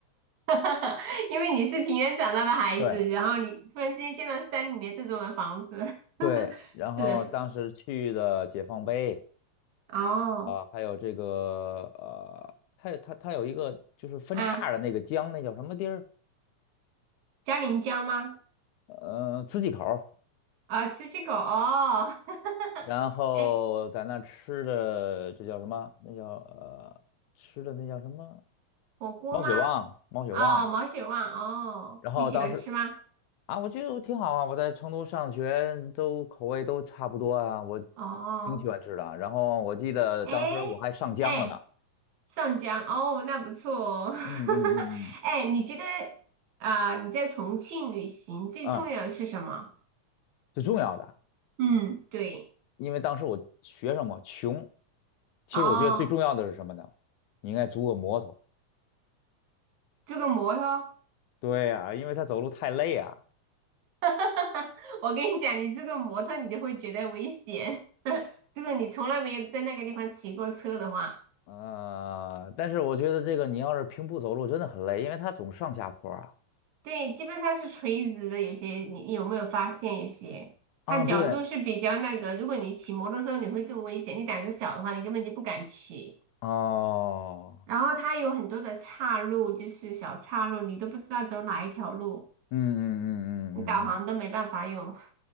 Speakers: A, on the right; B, on the left.
A: 哈哈哈！因为你是平原长大的孩子，
B: 对
A: 然后你突然之间见到山里面这种的房子，
B: 对，
A: <laughs> 哈哈，
B: 然后当时去的解放碑
A: 是的是，哦，
B: 啊、还有这个呃，它有它它有一个就是分叉的那个江，
A: 啊，
B: 那叫什么地儿？
A: 嘉陵江吗？
B: 呃，磁器口儿
A: 啊，七七口，哦。<laughs>
B: 然后在那吃的这叫什么？
A: 哎，
B: 那叫呃吃的那叫什么？
A: 火锅吗？
B: 毛血旺，毛血旺。
A: 哦，毛血旺哦，
B: 然后当时
A: 你喜欢吃吗？
B: 啊，我觉得我挺好啊，我在成都上学，都口味都差不多啊，我
A: 哦，
B: 挺喜欢吃的啊。然后我记得当时我还上江了呢，
A: 哎哎，上江哦，那不错哦。<laughs>
B: 嗯嗯嗯嗯，
A: 哎，你觉得啊、你在重庆旅行最重要的是什么？
B: 嗯，最重要的，
A: 嗯，对，
B: 因为当时我学生嘛穷，其实我觉得最重要的是什么呢？
A: 哦，
B: 你应该租个摩托。
A: 这个摩托，
B: 对呀，因为他走路太累啊，
A: <laughs> 我跟你讲，你这个摩托你都会觉得危险。<laughs> 如果你从来没有在那个地方骑过车的话。
B: 呃，但是我觉得这个你要是平步走路真的很累，因为他总上下坡啊。
A: 对，基本上是垂直的。有些你你有没有发现，有些它角度是比较那个。
B: 啊，对，
A: 如果你骑摩托车，你会更危险。你胆子小的话，你根本就不敢骑。
B: 哦，
A: 然后它有很多的岔路，就是小岔路，你都不知道走哪一条路，
B: 嗯嗯嗯嗯嗯嗯。
A: 你导航都没办法用。